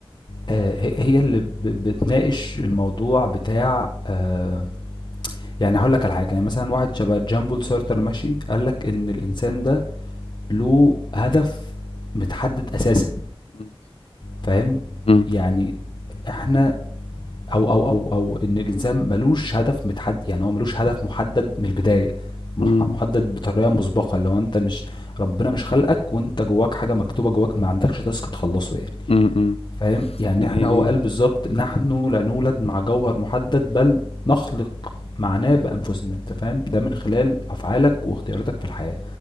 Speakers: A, on the left; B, on the left.
A: آه، هي هي اللي ب- بتناقش الموضوع بتاع آه، يعني هقول لك على حاجة يعني مثلا واحد شبه جامبول سارتر ماشي قال لك إن الإنسان ده له هدف متحدد أساسا
B: مم.
A: فاهم
B: مم.
A: يعني احنا او او او او ان الانسان ملوش هدف متحدد يعني هو ملوش هدف محدد من البدايه مح-
B: مم.
A: محدد بطريقه مسبقه لو انت مش ربنا مش خلقك وانت جواك حاجه مكتوبه جواك ما عندكش تاسك تخلصه يعني
B: مم. مم.
A: فاهم يعني
B: لا
A: احنا
B: يعني
A: هو قال بالظبط نحن لا نولد مع جوهر محدد بل نخلق معناه بانفسنا انت فاهم ده من خلال افعالك واختياراتك في الحياه